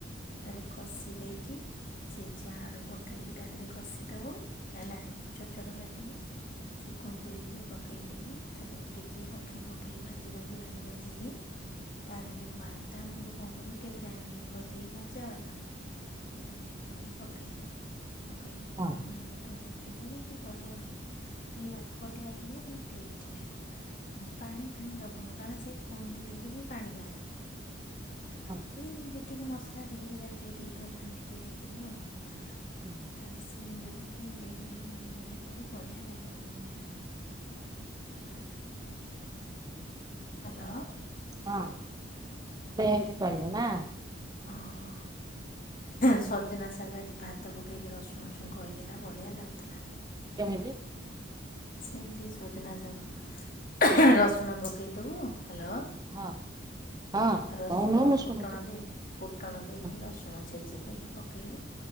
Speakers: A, on the left (about 45°); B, on the right (about 20°).
A: ଆଡ଼େ କଷି ଦେଇକି ସିଝା ଆଳୁ ପକେଇକି ତା ଦେହରେ କଷିଦବ। ହେଲା ଛୋଟ ଛୋଟ କାଟିକି। ସେ କୁନ୍ଦୁରିକି ଯୋଉ ପକେଇ ଦେଇକି ତାକୁ ଟିକେ ବମ୍ଫେଇ ବମ୍ଫେଇ ଭାଜି ଭାଜି ଭାଜି ଭାଜି ତା ଧିରେ ବାଦାମକୁ କଣ କରିବୁ, ଟିକେ ଗ୍ରାଇଣ୍ଡିଙ୍ଗ କରିଦେଇକି ଭଜା ବାଦାମ। ଗ୍ରାଇଣ୍ଡିଙ୍ଗ କରି ପକେଇ ଦେବୁ। ପକେଇ ଦେଇକି
B: ହଁ
A: ଧନିଆ ପତ୍ର ପକେଇ ଦେବୁ ସେ ବଢ଼ିଆ ଲାଗିବ ହେଲ ପଟିଆ ଲାଗିବ କିନ୍ତୁ ଟେଷ୍ଟ ଲାଗିବ ପୁରା। ପାଣି ଫାଣି ଦବୁନୁ କାରଣ ସେ କୁନ୍ଦିରୁ ଠୁ ବି ପାଣି ବାହାରିବ। ହ୍ୟାଲୋ
B: ହଁ
A: ସେଇ ଯେତିକି ମସଲା ଧୋଇକି ଯାହା ଟିକେ ଦେଇଥିବୁ, ପାଣି ଟିକେ ଦେଇଥିବୁ ଆଉ ହ୍ୟାଲୋ।
B: <unintelligible>
A: ଖାଲି ସିମ୍ ରଖି ଘୋଡ଼େଇ ଘୋଡ଼େଇ ଘୋଡ଼େଇ ଘୋଡ଼େଇ କରୁ ବଢ଼ିଆ ଲାଗିବ କୁନ୍ଦୁରୁ ଆଳୁ ହଁ। ହ୍ୟାଲୋ।
B: ହଁ ତ ଏମିତି କରିବୁ ନା।
A: ହଁ ସଜନା ଶାଗ ଆଜି ଭାତ ପକେଇକି ରସୁଣ ଛୁଙ୍କ ହେଇଥିଲା ବଢ଼ିଆ ଲାଗୁଥିଲା।
B: କେମିତି?
A: ସେମିତି ସଜନା ଶାଗ ରସୁଣ ପକେଇଦେବୁ ହ୍ୟାଲୋ
B: ହଁ ହଁ
A: ରସୁଣ
B: କହୁନୁ ମୁଁ
A: ଫୁଟଣ
B: ଶୁଣୁଛି।
A: ଦେଇ ଫୁଟଣ ଦେଇକି
B: ହଁ
A: ରସୁଣ ଛେଚି ଦେଇକି ପକେଇବୁ